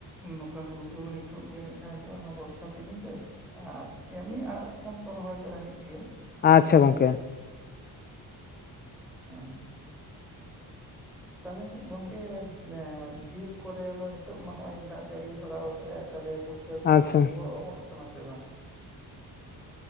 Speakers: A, in the centre; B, on the left (about 25°).
A: ᱱᱚᱝᱠᱟ ᱦᱩᱲᱩ ᱫᱚ ᱱᱤᱛᱳᱜ ᱜᱮ ᱢᱤᱫ ᱫᱷᱟᱣ ᱦᱩᱭᱩᱜᱼᱟ ᱚᱱᱟ ᱵᱚᱨᱥᱟ ᱥᱤᱡᱤᱱ ᱨᱮ᱾ ᱟᱨ ᱮᱢᱱᱤ ᱟᱲᱟᱜ ᱥᱟᱠᱟᱢ ᱠᱚ ᱨᱚᱦᱚᱭ ᱵᱟᱲᱟ ᱦᱩᱭᱩᱜ ᱜᱮᱭᱟ, ᱥᱚᱵᱡᱤ
B: ᱟᱪᱪᱷᱟ
A: ᱠᱚ
B: ᱜᱚᱝᱠᱮ
A: <unintelligible> ᱛᱟᱞᱦᱮ ᱜᱚᱝᱠᱮ ᱮᱸ ᱵᱤᱨ ᱠᱚᱨᱮ ᱢᱟ ᱱᱤᱛᱚᱜ ᱢᱟ ᱦᱚᱜ ᱚᱭ ᱫᱟᱜ ᱡᱟᱹᱲᱤ ᱵᱟᱲᱟᱣ ᱠᱟᱜ ᱟᱭ ᱛᱟᱦᱞᱮ ᱯᱩᱴ <unintelligible> ᱠᱚ
B: ᱟᱪᱪᱷᱟ
A: ᱩᱫ ᱠᱚ ᱚᱢᱚᱱᱚᱜ ᱠᱟᱱᱟ ᱥᱮ ᱵᱟᱝ?